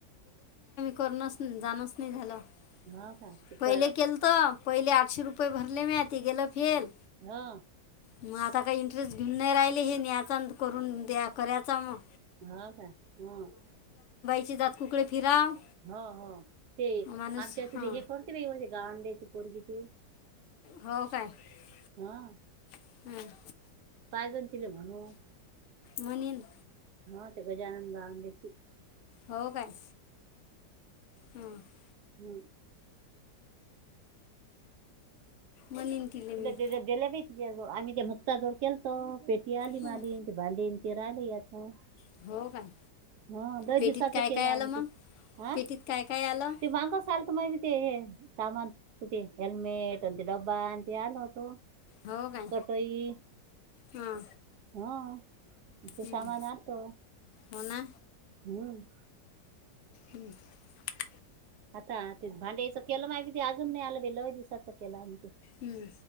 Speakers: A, on the left; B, on the right.
A: करण जाण नाही झालं, <inaudible>
B: हो का ते
A: पहिले
B: क
A: केल तर पहिले आठश रुप <unintelligible> भरले म आती गलं फेल,
B: हा <inaudible>
A: मग आता काही इंटरेस्ट घेऊन नाही राहिले हे न्यायचा करून द्या करायचा मग
B: हो काय ह <inaudible>
A: <inaudible> ात कुकडे फिराव
B: हो हो <inaudible> ते
A: माणूस
B: आमच्या तिथ
A: हां
B: हे करते बाते ग अंड्याची पोरगी ते
A: हो काय <inaudible>
B: हा <inaudible>
A: <inaudible> हम्म
B: कायजण तले म्हणू <inaudible>
A: म्हणल <inaudible>
B: हा ते गजानन ग्याची <inaudible>
A: हो काय हम <inaudible>
B: हम <inaudible>
A: बनिम तलेमी <inaudible>
B: दिल्या दिल्या बाई आम्ही काय मुक्ता जोड केल तर पेटी आली
A: हो
B: माली ते भले ते राहिले याच <inaudible>
A: <inaudible> हो काय
B: हा द
A: पेटीत
B: दिवसाच
A: काय
B: केलं
A: काय
B: आम्ही
A: आलं मग
B: ते हं,
A: पेटीत काय काय आलं
B: ते माांग सल, मा ते सामान हेल्मेट आणि, ते डब्बा आणि ते आल होतो. <inaudible>
A: हो काय
B: चटई <inaudible>
A: हां
B: हा, ते
A: हं,
B: सामान अलत, <inaudible>
A: हो ना
B: हम्म <inaudible>
A: हम्म <inaudible>
B: <inaudible> आता ते भांड्याचं केलं माहि ते, अजून नाही आलं बेल दिवसाच केलं आणि ते,
A: हम्म